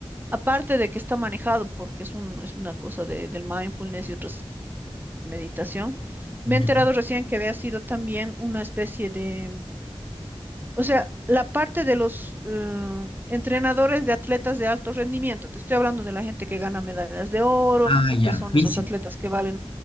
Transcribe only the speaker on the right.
aparte de que está manejado porque es un, es una cosa de, del mindfulness y otras meditación, me
he enterado recién que había sido también una especie de O sea, la parte de los eh, entrenadores de atletas de alto rendimiento, te estoy hablando de la gente que gana medallas de oro,
que son
esos atletas que valen,